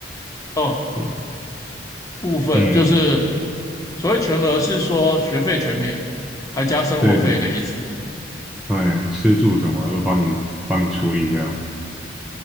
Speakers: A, on the left; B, in the centre.
A: 哦，
B: 对啊，
A: 部分就是
B: 嗯，
A: 所谓全额是说学费全免，还加生活费的意思。
B: 对对，哎，吃住什么都帮你帮你处理这样。